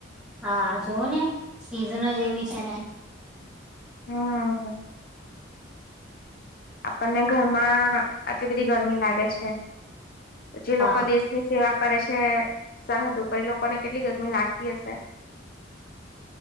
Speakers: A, in the centre; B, on the left.
A: હા, જોવોને સિઝન જે એવી છે ને.
B: હમ. આપડને ઘરમાં આટલી બધી ગરમી લાગે છે જે
A: હા
B: લોકો દેશની સેવા કરે છે સરહદ ઉપર એ લોકોને કેટલી ગરમી લાગતી હશે. <inaudible>